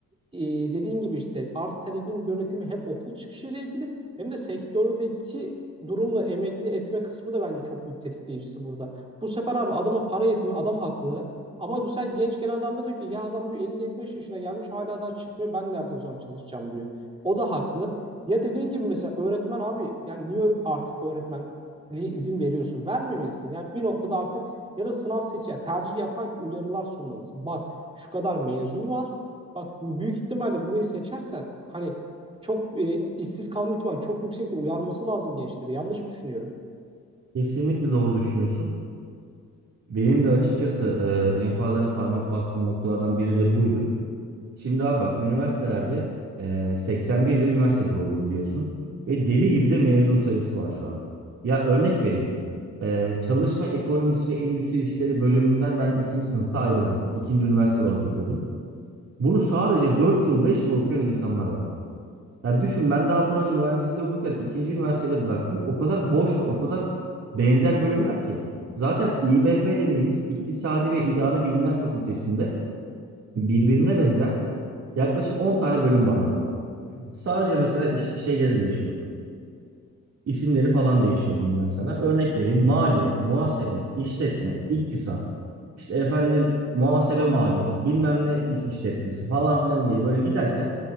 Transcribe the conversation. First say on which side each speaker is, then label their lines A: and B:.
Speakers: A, on the right; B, on the right.
A: e, dediğin gibi işte arz talebin yönetimi hem okul çıkışıyla ilgili hem de sektördeki durumla emekli etme kısmı da bence çok büyük tetikleyicisi burada. Bu sefer abi adama para yetmiyor, adam haklı. Ama bu sefer genç gelen adam da diyor ki ya adam diyor 50-55 yaşına gelmiş hala daha çıkmıyor ben nerede o zaman çalışacağım diyor. O da haklı. Ya dediğin gibi mesela öğretmen abi yani niye artık öğretmenliğe izin veriyorsun? Vermemelisin. Ya bir noktada artık ya da sınav seç ya tercih yaparken uyarılar sunmalısın. Bak şu kadar mezun var. Bak büyük ihtimalle burayı seçersen hani çok e, işsiz kalma ihtimali çok yüksekti. Uyarması lazım gençleri. Yanlış mı düşünüyorum?
B: Kesinlikle doğru düşünüyorsun. Benim de açıkçası e, en fazla hani parmak bastığım noktalardan biri de buydu. Şimdi abi bak üniversitelerde e, 81 yıl üniversite kuruldu biliyorsun. Ve deli gibi de mezun sayısı var şu an. Ya örnek vereyim. E, çalışma ekonomisi ve endüstri ilişkileri bölümünden ben ikinci sınıfta ayrıldım. İkinci üniversite olarak okuyordum. Bunu sadece 4 yıl 5 yıl okuyan insanlar var. Ya düşün ben daha bunu hani mühendisliği okurken ikinci üniversitede bıraktım. O kadar boş ve o kadar benzer bölümler ki. Zaten İBF dediğimiz İktisadi ve İdari Bilimler Fakültesinde birbirine benzer Yaklaşık 10 tane bölüm var abi. Sadece mesela iş- şeyleri değişiyor isimleri falan değişiyor diyeyim ben sana. Örnek vereyim. Maliye, muhasebe, işletme, iktisat. işte efendim muhasebe maliyesi, bilmem ne i- işletmesi falan filan diye böyle giderken